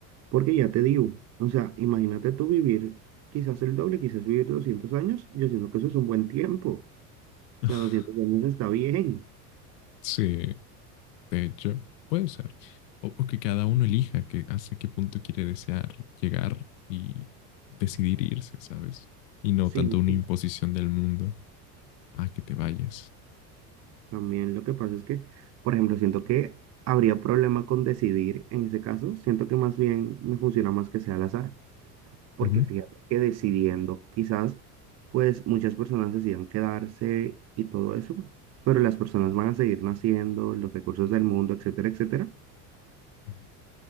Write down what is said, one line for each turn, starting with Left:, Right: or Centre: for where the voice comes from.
Right: Porque ya te digo, o sea, imagínate tú vivir quizás el doble, quizás vivir 200 años, yo siento que eso es un buen tiempo. O
Left: <laughs>
Right: sea, 200 años está bien.
Left: Sí, De hecho, puede ser. O, o que cada uno elija que hasta qué punto quiere desear llegar y decidir irse, ¿sabes? Y no
Right: Sí,
Left: tanto una imposición del mundo a que te vayas.
Right: También lo que pasa es que, por ejemplo, siento que habría problema con decidir en ese caso. Siento que más bien me funciona más que sea al azar, porque
Left: Ujú.
Right: fíjate que decidiendo quizás, pues muchas personas decidan quedarse y todo eso, pero las personas van a seguir naciendo, los recursos del mundo, etcétera, etcétera.
Left: Ajá.